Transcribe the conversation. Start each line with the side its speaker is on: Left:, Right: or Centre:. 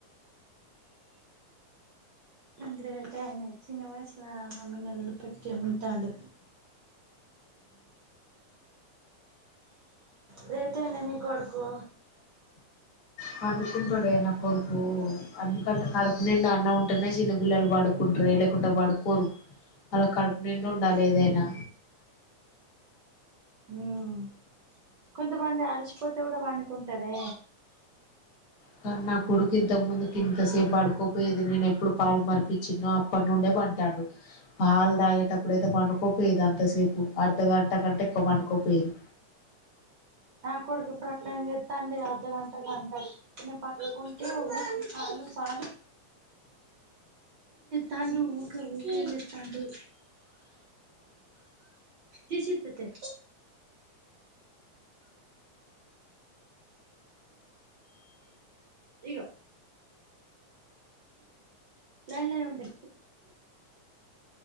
Right: గ్రేట్ అ ఆయన చిన్న వయసులో మమ్మీని వదిలీ పెట్టి ఉ అండి గ్రేట్ నీ కొడుకు
Left: పన్డుకుంటాడే నా కొడుకు అందుకంట కడుపు నిండి అన్న ఉంటేనే చిన్నపిల్లలు పడుకుంట లే లేకుండా పడుకోరు వాళ్ళకి కడుపు నిండి ఉండాలి ఏదైనా
Right: ఉమ్ కొంతమంది అలిసిపోతే కూడా పన్డుకుంటారే
Left: కానీ నా కొడుకు ఇంతకు ముందుకి ఇంతసేపు పడుకోపోయేది నేను ఎప్పుడు పాలు మరిపించినో అప్పటి నుండే పంటాడు పాలు తాగేటప్పుడు అయితే పండుకోపోయదు అంతసేపు అర్ధగంట కంటే ఎక్కువ పండుకో పోయేది
Right: నా కొడుకు ప్రకట చెత్తాండి అర్ధగంట గంట నేను పక్కకుంటే పాలు పాలు తాండు ఊక ఊక తాడు తీసిత్తతే ఇ లైన్ లైన్ ఉండే